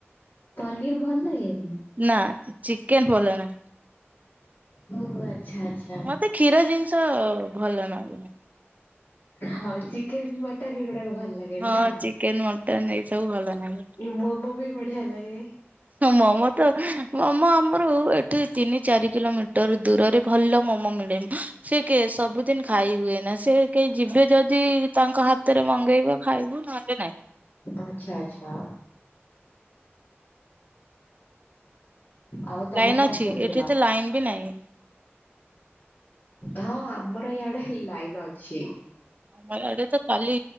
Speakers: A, on the left; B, on the right.
A: ପନିର ଭଲ ଲାଗେନି?
B: ନା ଚିକେନ ଭଲ ନା
A: ଓ <unintelligible> ଆଛା।
B: ମତେ କ୍ଷୀର ଜିନିଷ ଭଲ ନ
A: ହୋଉ ଚିକେନ ମଟନ୍ ଏଇଗୁଡାକ ଭଲ ଲାଗେ।
B: ହଁ
A: ନା?
B: ଚିକେନ ମଟନ ଏଇ ସବୁ ଭଲ ନାହିଁ।
A: ମୁଁ ବି ହେ ଲାଗେ
B: <unintelligible> ମୋମୋ ଆମର ଏଠି ତିନି ଚାରି କିଲୋମିଟର ଦୂରରେ ଭଲ ମୋମୋ ମିଳେ। ସେ କେ ସବୁଦିନ ଖାଇ ହୁଏ ନା ସେ କେହି ଯିବେ ଯଦି ତାଙ୍କ ହାତରେ ମଗେଇବା। ଖାଇବୁ ନହେଲେ ନାହି।
A: ଆଚ୍ଛା ଆଚ୍ଛା। ଆଉ ତମେ
B: ଲାଇନ
A: କଣ
B: ଅଛି
A: କରୁଥିଲ?
B: ଏଠି ତ ଲାଇନ ବି ନାହିଁ।
A: ହଁ ଆମର ଇଆଡେ ଲାଇନ ଅଛି।
B: ମ ଆଡେ ତ କାଲି